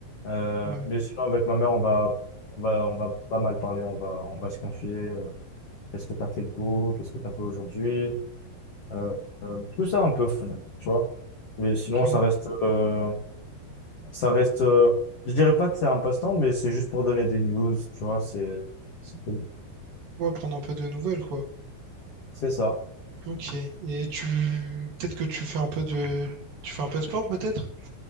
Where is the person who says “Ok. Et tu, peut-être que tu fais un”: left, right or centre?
Right